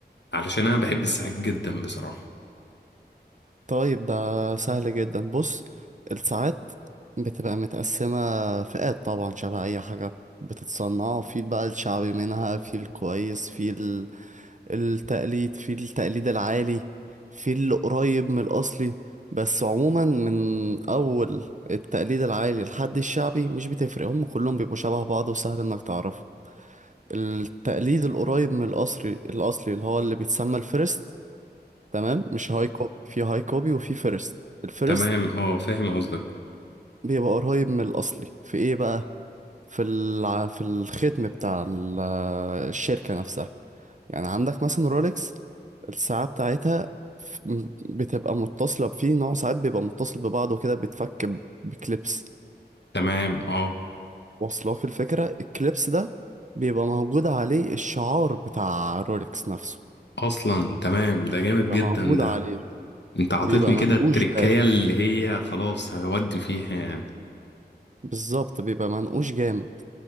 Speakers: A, on the left; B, on the right.
A: علشان انا بحب الساعات جدا بصراحة
B: طيب ده سهل جدا بص الساعات بتبقى متقسمة فئات طبعا شبه أي حاجة بتتصنع في بقى الشعبي منها في الكويس في ال- التقليد في التقليد العالي في القريب من الأصلي بس عموما من أول التقليد العالي لحد الشعبي مش بتفرق هم كلهم بيبقوا شبه بعض وسهل إنك تعرفه التقليد القريب من الأصلي الأصلي اللي هو اللي بيتسمى الفيرست تمام مش هاي كوبي في هاي كوبي وفي فيرست الفيرست
A: تمام اه فاهم قصدك
B: بيبقى قريب من الاصلي في ايه بقى في الع... في الختم بتاع ال- الشركة نفسها يعني عندك مثلا رولكس الساعة بتاعتها ف- بتبقى متصلة في نوع ساعات بيبقى متصل ببعضه كده بيتفك ب- بكليبس
A: تمام اه
B: واصلاك الفكرة الكليبس ده بيبقى موجود عليه الشعار بتاع رولكس نفسه
A: اصلا تمام ده جامد
B: بيبقى
A: جدا
B: موجود
A: ده
B: عليه
A: انت عطيتني
B: بيبقى منقوش
A: كده التركية
B: بارد
A: اللي
B: كده
A: هي خلاص هودي فيها يعني
B: بالظبط بيبقى منقوش جامد